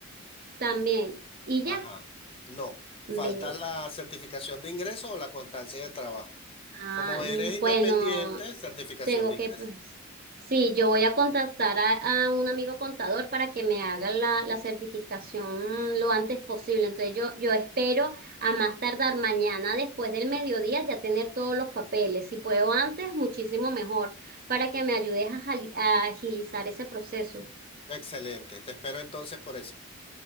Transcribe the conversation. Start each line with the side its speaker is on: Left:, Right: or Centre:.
Right: también. Y ya,
Left: Ajá. No,
Right: ve,
Left: falta la certificación de ingreso o la constancia de trabajo.
Right: Ah,
Left: Como eres
Right: mm,
Left: independiente,
Right: bueno,
Left: certificación
Right: tengo
Left: de
Right: que,
Left: ingreso.
Right: pues, sí, yo voy a contactar a, a un amigo contador para que me haga la, la certificación lo antes posible. Entonces yo, yo espero a más tardar mañana después del mediodía ya tener todos los papeles. Si puedo antes, muchísimo mejor, para que me ayudes a, jali- a agilizar ese proceso.
Left: Excelente. Te espero entonces por eso.